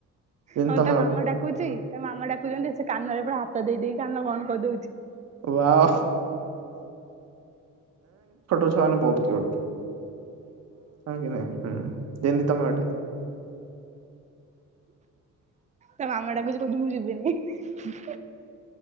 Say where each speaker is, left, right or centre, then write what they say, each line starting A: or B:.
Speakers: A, on the right; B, on the right.
A: ଯେମିତି
B: ହଁ
A: ତମେ
B: ତା
A: ଗୋଟେ
B: ମାମା ଡାକୁଛି ତା ମାମା ଡାକୁଛନ୍ତି ସେ କାନରେ ପୁରା ହାତ ଦେଇ ଦେଇ କି କାନ ବନ୍ଦ କରିଦଉଛି।
A: ୱାଓ। ସେମାନେ ବହୁତ କ୍ୟୁଟ ହଁ କି ନାଇଁ ହୁଁ ଯେମିତି ତମେ ଗୋଟେ।
B: ତା ମାମା ଡାକୁଛି କହୁଚି ମୁଁ ଯିବିନି। ନି